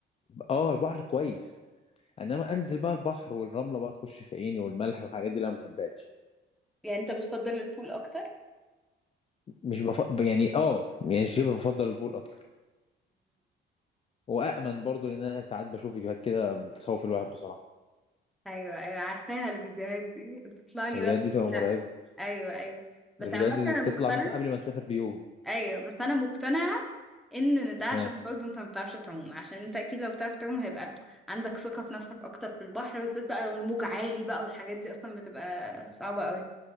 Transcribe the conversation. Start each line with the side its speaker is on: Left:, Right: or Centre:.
Left: اه البحر كويس انما انزل بقى البحر والرمله بقى تخش في عيني والملح والحاجات دي لا ما بحبهاش
Centre: يعني انت بتفضل البول اكتر
Left: مش بف... يعني اه يعني شبه بفضل البول اكتر وامن برضو لان انا ساعات بشوف فيديوهات كده بتخوف الواحد بصراحه
Centre: ايوه ايوه عارفاها الفيديوهات دي بتطلع لي
Left: الفيديوهات
Centre: بقى بالليل
Left: دي تبقى
Centre: لا
Left: مرعبه
Centre: ايوه ايوه بس
Left: الفيديوهات
Centre: عامة
Left: دي اللي
Centre: انا
Left: بتطلع
Centre: مقتنعة
Left: مثلا قبل ما تسافر بيوم
Centre: ايوه بس انا مقتنعة ان ده عشان
Left: ها
Centre: برضه انت ما بتعرفش تعوم عشان انت اكيد لو بتعرف تعوم هيبقى عندك ثقة في نفسك اكتر في البحر بالذات بقى لو الموج عالي بقى والحاجات دي اصلا بتبقى صعبة قوي